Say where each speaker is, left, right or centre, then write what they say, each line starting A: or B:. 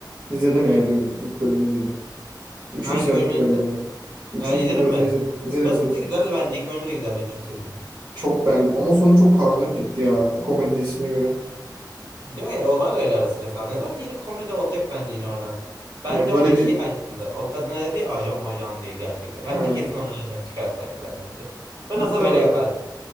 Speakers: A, on the right (about 85°); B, on the right (about 65°).
A: İzledim eğer ilk ilk bölümünü izledim. Üçüncü
B: Hangi
A: sezonun
B: bölümleri
A: ilk bölümünü.
B: izledin?
A: Üçüncü
B: Ha, izledin
A: ilk bölümünü
B: mi?
A: izledim. İzledim
B: Nasıldı?
A: izledim.
B: Güzeldi bence. İlk bölümü de güzeldi 3. sezon.
A: Çok beğendim. Ama sonu çok karanlık bitti ya. Bir komedi dizisine göre.
B: Diyor ya o var öyle ara sıra sahneler de yine komedi olacak bence yine oradan. Bence
A: Ya böyle
B: orada
A: bir...
B: şey ajandı. O kadına dedi ya ajan majan diye gerçekten. Bence
A: Ha,
B: kesin onu ajan çıkartacaklar bence. Biraz
A: muhtemelen.
B: da böyle yapardım.